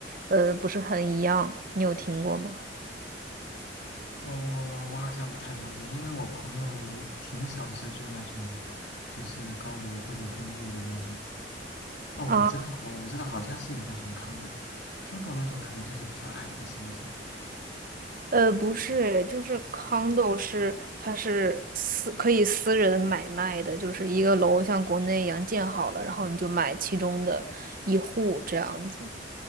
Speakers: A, on the right; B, on the left.
A: 呃不是很一样。你有听过吗？
B: 哦，我好像不太了解，因为我朋友有挺少是住那种，就是高楼或者公寓的那种。哦，
A: 啊。
B: 我知道，哦，我知道，好像是有那种 condo，condo 那种可能就是比较矮的，是不是？
A: 呃，不是，就是 condo 是它是私可以私人买卖的，就是一个楼像国内一样建好了，然后你就买其中的一户这样子，